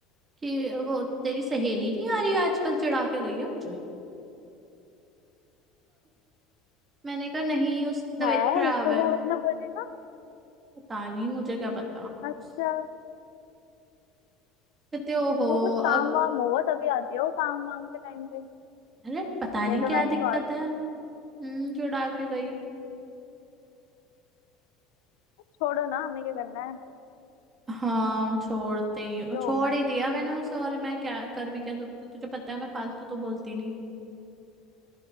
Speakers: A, on the right; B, on the left.
A: कि वो तेरी सहेली नहीं आ रही आजकल चिढ़ा के गई है मुझे <laughs> मैंने कहा नहीं उसकी तबीयत
B: है
A: खराब
B: उसको
A: है
B: क्या मतलब बोलने का
A: पता नहीं मुझे क्या पता
B: अच्छा
A: उस- कहते ओहो
B: उसको कुछ काम
A: अब
B: वाम होगा तभी आती है वो काम वाम के टाइम पे
A: अरे पता
B: नहीं
A: नहीं
B: तो
A: क्या
B: वैसे
A: दिक्कत
B: तो आती
A: है
B: नहीं है
A: हम्म चिढ़ा के गई
B: छोड़ो ना हमें क्या करना है
A: हाँ छोड़ते ही
B: जो
A: छोड़
B: होगा
A: ही दिया मैंने उसे और मैं क्या कर भी क्या सकती हूँ? तुझे पता है मैं फालतू तो बोलती नहीं